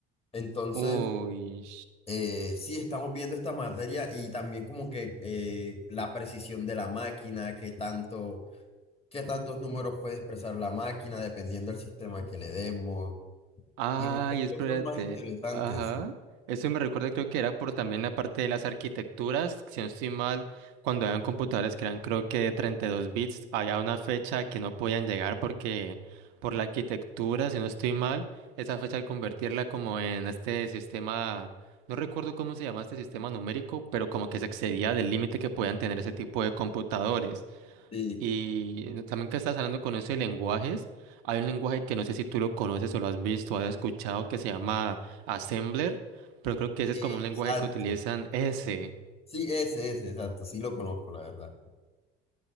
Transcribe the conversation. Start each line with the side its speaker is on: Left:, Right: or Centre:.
Left: Entonces,
Right: Uy.
Left: eh, sí, estamos viendo esta materia y también como que eh, la precisión de la máquina, qué tanto, qué tantos números puede expresar la máquina dependiendo del sistema que le demos
Right: Ay,
Left: y muchas
Right: espérate.
Left: cosas más interesantes.
Right: Ajá. Eso me recuerda, creo que era por también la parte de las arquitecturas. Si no estoy mal, cuando eran computadores que eran, creo que de 32 bits, había una fecha que no podían llegar porque por la arquitectura, si no estoy mal, esa fecha al convertirla como en este sistema, no recuerdo cómo se llama este sistema numérico, pero como que se excedía del límite que podían tener ese tipo de computadores.
Left: Sí,
Right: Y también que estás hablando con eso de lenguajes, hay un lenguaje que no sé si tú lo conoces o lo has visto, o has escuchado, que se llama Assembler, pero creo que ese
Left: Sí,
Right: es como un lenguaje
Left: exacto.
Right: que utilizan ese.
Left: Sí, ese, ese, exacto, sí lo conozco, la verdad.